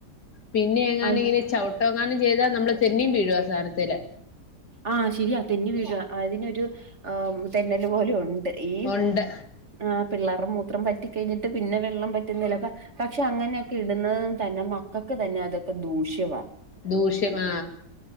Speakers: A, on the left; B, on the right.
A: പിന്നെ എങ്ങാന
B: ആയി
A: ഇങ്ങനെ ചവിട്ട എങ്ങാനും ചെയ്താൽ നമ്മള് തെന്നിയും വീഴും ആ സാധനത്തില്
B: ആഹ് ശരിയാ തെന്നി വീഴാ അതിനൊരു ആ തെന്നല് പോലെ ഉണ്ട് ഈ
A: ഉണ്ട്
B: ആ പിള്ളേർടെ മൂത്രം പറ്റി കഴിഞ്ഞിട്ട് പിന്നെ വെള്ളം പറ്റി പറ്റുന്നില്ലപ പക്ഷെ അങ്ങനെയൊക്കെ ഇടുന്നതും തന്നെ മക്കൾക്ക് തന്നെ അതൊക്കെ ദൂഷ്യവാ
A: ദൂഷ്യമാ